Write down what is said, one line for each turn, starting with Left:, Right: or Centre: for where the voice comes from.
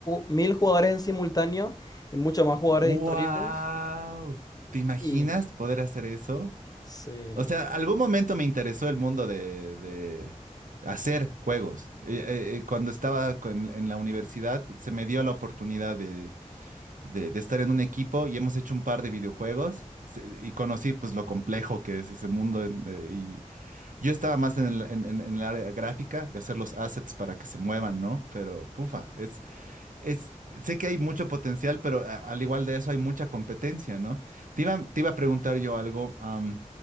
Left: mil jugadores en simultáneo y muchos más jugadores
Right: Wow.
Left: históricos.
Right: ¿Te imaginas
Left: Y
Right: poder hacer eso?
Left: sí,
Right: O sea, algún momento me interesó el mundo de, de hacer juegos. Eh, eh, eh, cuando estaba con- en la universidad, se me dio la oportunidad de, de- de estar en un equipo y hemos hecho un par de videojuegos Se- y conocí pues lo complejo que es ese mundo. en- eh, y yo estaba más en el, en- en- en el área gráfica de hacer los assets para que se muevan, ¿no? Pero, pufa, es, sé que hay mucho potencial, pero a- al igual de eso hay mucha competencia, ¿no? Te iba, te iba a preguntar yo algo, am,